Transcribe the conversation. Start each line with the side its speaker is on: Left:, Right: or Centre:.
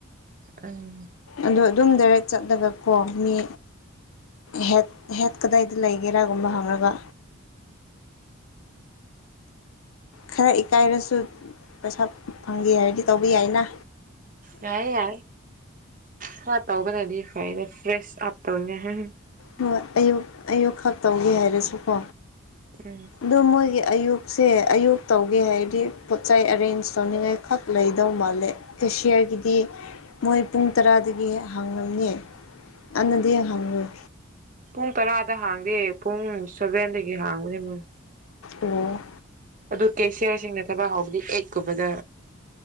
Right: ꯑꯝ
Left: ꯑꯗꯣ ꯑꯗꯨꯝ ꯗꯥꯏꯔꯦꯛ ꯆꯠꯂꯒ ꯀꯣ ꯃꯤ ꯍ‌ꯦꯠ ꯍꯦꯠ ꯀꯗꯥꯏꯗ ꯂꯩꯒꯦꯔꯥꯒꯨꯝꯕ ꯍꯪꯉꯒ꯫ ꯈꯔ ꯏꯀꯥꯏꯔꯁꯨ ꯄꯩꯁꯥ ꯐꯪꯒꯦ ꯍꯥꯏꯔꯗꯤ ꯇꯧꯕ ꯌꯥꯏꯅ꯫
Right: ꯌꯥꯏ ꯌꯥꯏ ꯈꯔ ꯇꯧꯕꯅꯗꯤ ꯐꯩꯗ ꯐ꯭ꯔꯦꯁ ꯑꯞ ꯇꯧ <unintelligible>
Left: ꯍꯣꯏ ꯑꯌꯨꯛ ꯑꯌꯨꯛ ꯈꯛ ꯇꯧꯒꯦ ꯍꯥꯏꯔꯁꯨꯀꯣ꯫
Right: ꯎꯝ꯫
Left: ꯑꯗꯣ ꯃꯣꯏꯒꯤ ꯑꯌꯨꯛꯁꯦ ꯑꯌꯨꯛ ꯇꯧꯒꯦ ꯍꯥꯏꯔꯗꯤ ꯄꯣꯠꯆꯩ ꯑꯔꯦꯟꯖ ꯇꯧꯅꯤꯡꯉꯥꯏ ꯈꯛ ꯂꯩꯗꯧ ꯃꯥꯜꯂꯦ꯫ ꯀꯦꯁꯤꯌꯔꯒꯤꯗꯤ ꯃꯣꯏ ꯄꯨꯡ ꯇꯔꯥꯗꯒꯤ ꯍꯥꯡꯂꯝꯅꯤ꯫ ꯑꯟꯅꯗꯤ ꯍꯥꯡꯔꯣꯏ꯫
Right: ꯄꯨꯡ ꯇꯔꯥꯗ ꯍꯥꯡꯗꯦ ꯄꯨꯡ ꯁꯚꯦꯟꯗꯒꯤ ꯍꯥꯡꯕꯅꯦ ꯃꯣꯏ꯫
Left: ꯑꯣ꯫
Right: ꯑꯗꯨ ꯀꯦꯁꯤꯌꯔꯁꯤꯡꯅ ꯊꯕꯛ ꯍꯧꯕꯗꯤ ꯑꯦꯛꯀꯨꯝꯕꯗ